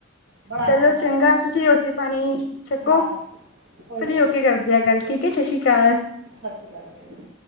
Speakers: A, on the right; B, on the left.
A: ਬੜਾ
B: ਚਲੋ
A: ਆਨੰਦ ਆਉਂਦਾ
B: ਚੰਗਾ
A: ਹੈ
B: ਤੁਸੀਂ ਓ ਤੇ ਪਾਣੀ ਛਕੋ
A: ਹਾਂ ਕੋਈ
B: ਫਰੀ ਹੋਕੇ ਕਰਦੇ ਆ ਗੱਲ ਠੀਕ ਹੈ ਸ਼ਸ਼ੀ ਕਾਲ
A: ਸ ਸ਼੍ਰੀ ਕਾਲ ਬੇਟੇ